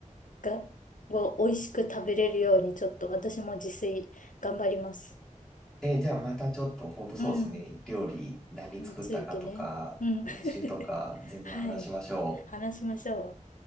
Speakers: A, on the left; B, in the centre.
A: が、を美味しく食べれるように、ちょっと私も自炊頑張ります。
B: え、じゃあまたちょっと、ほんとそうですね、
A: うん。
B: 料理何作ったかとか、
A: についてね。うん。
B: 来週とか、
A: <laughs>
B: 全然話しましょう。
A: はい。話しましょう。